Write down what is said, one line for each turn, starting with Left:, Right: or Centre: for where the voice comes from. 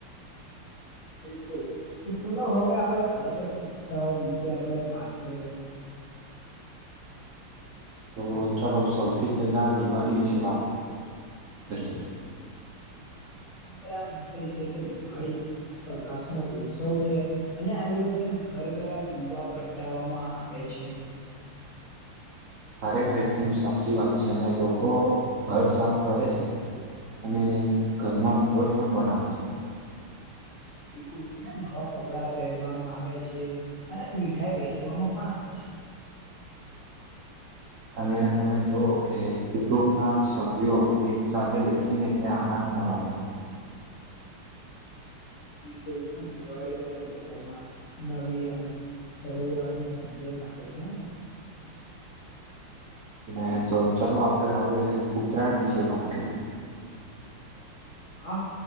Left: <inaudible> બિલકુલ તો ચલો હવે આપણેે અલગ અલગ ઉત્સાહો વિશે આપણે વાત કરીએ <inaudible>
Right: તો ચાલો સૌથી પહેલા દિવાળી વિશે વાત હ
Left: સુંંદર આમ વિષય છે કે દિવાળી પ્રકાશ નો ઉત્સવ છે અને આ દિવસે ઘર ઘર આમ દીવા પ્રગટાવવામાં આવે છે અ છે
Right: ખરેખર એકદમ સાચી વાત છે અને લોકો ઘર સાફ કરે છે અને ઘરમાં રંગોળી પણ બનાવ છે
Left: બિલકુલ અને નવા કપડા પહેરવામાં આવે છે અને મીઠાઈ વેચવામાં પણ આવે છે <inaudible>
Right: અને તમે જોુવ કે કુટુંબ ના સભ્યો એક સાથે બેસીને ત્યાં આનંદ મના હાલ છે
Left: બિલકુલ અને દિવાળીમાં તો લોકોમાં નવી આમ શરૂઆત નો સંદેશ આપે છે
Right: ને તો ચાલ આપડે હવે ઉત્તરાયણ વિશે વાત કરીએ
Left: હા